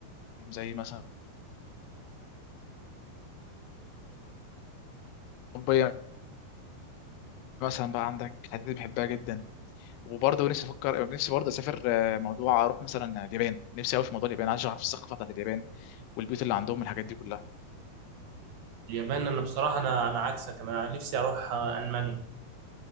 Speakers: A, on the left (about 85°); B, on the right (about 70°).
A: زي مثلا اوروبيه مثلا بقى عندك الحتت دي بحبها جدا وبرضه نفسي افكر نفسي برضه اسافر آه، موضوع اروح مثلا اليابان نفسي قوي في موضوع اليابان عايز اعرف الثقافه بتاعت اليابان والبيوت اللي عندهم الحاجات دي كلها
B: اليابان أنا بصراحة أنا أنا عكسك أنا نفسي أروح آه، ألمانيا